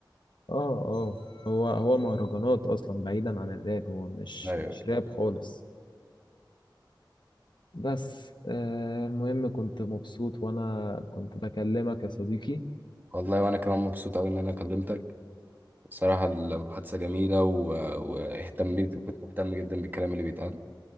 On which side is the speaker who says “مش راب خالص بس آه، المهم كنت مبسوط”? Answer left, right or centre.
Left